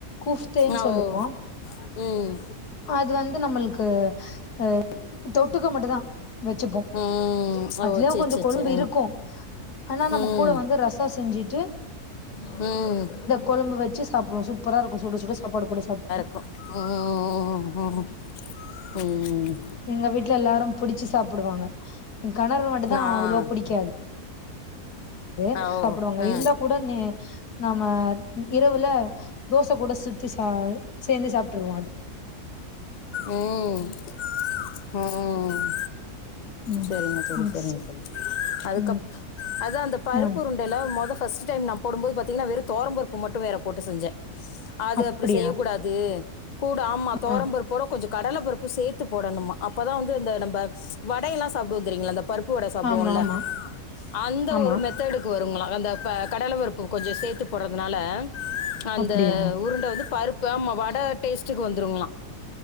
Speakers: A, on the left; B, on the left.
A: குஃப்தேன்னு
B: அ
A: சொல்லுவோ
B: ஓ ம்
A: இது வந்து நம்மளுக்கு ஆ தொட்டுக்க மட்டு தா வச்சிப்போ
B: ம் ஓ
A: அதுலயு
B: சரி
A: கொஞ்சோ
B: சரி
A: கொழும்பு
B: சரி
A: இருக்கு ஆனா நம்ம
B: ம்
A: கூட
B: ம்
A: வந்து ரசம் செஞ்சிட்டு
B: ம்
A: கொழம்பு வச்சி சாப்பிடுவோ சூப்பர இருக்கு சுட சுட சாப்பாடு போட்டு சாப்
B: ம் ம் ம் ம் ம்
A: எங்க வீட்ல எல்லாரு புடிச்சி சாப்பிடுவாங்க எ காணவரு மட்டு
B: நான்
A: தா அவ்ளோ பிடிக்காது <inaudible>
B: ஓ
A: சாப்பிடுவாங்க
B: ம்
A: இருந்தா கூட நீ நாம இரவுல தோசை கூட சுத்தி சா சேந்து சாப்பிட்டுருவோ அது
B: ம் ம்
A: ம்
B: சேரிங்க தோழி
A: ம்
B: சேரிங்க
A: ஸ்
B: தோழி அதுக்கு
A: ம்
B: அப் அதா பருப்பு
A: ஆ
B: உருண் டல்ல முத ஃபர்ஸ்ட் டைம் நா போடுபோது பாத்தீங்கன்னா வெறு தோவரம் பருப்பு மட்டு வேற போட்டு செஞ்சே அது
A: அப்டியா
B: அப்டி செய்யக்கூடாது கூட ஆமா தோவரம்பருப்போட
A: ஆ
B: கொஞ்சோ கடல பருப்பு சேத் து போடணுமா அப்பதா வந்து இந்த நம்ம வட எல்லா சாப்பிட்டுவோ தெரியுங்களா இந்த பருப் பு வட சாப்பிடுவோல்ல
A: ஆமா ஆமா
B: அந்த
A: ஆமா
B: ஒரு மெத்தேடுக் கு வருங்களா அந்த ப கடல பருப்பு கொஞ்சோ சேத்து போடுறதுனால அந்த
A: அப்டியா
B: உருண்ட வந்து பருப்பு வடை டேஸ்ட்டுக்கு வந்துருங்களா